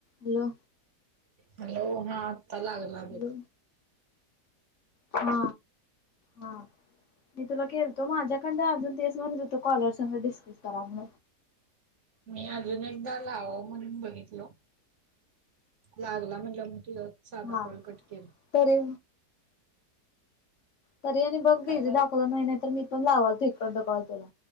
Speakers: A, on the left; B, on the right.
A: Hello
B: hello हा आता लागला
A: हॅलो
B: ब
A: हा हा मी तुला खळतो माझ्याकड अजून तेच म्हणत होतो कॉलरस दिस ततराण
B: मी अजून एकदा लाव म्हणून बघितल लागला म्हटलं मग तु साधा
A: हा
B: कोॉल कट केेल
A: तरी तरी आणि बघ बीझी
B: काय
A: दाखवलं नाही तर मी पण लावाल तो एककड कॉल तुला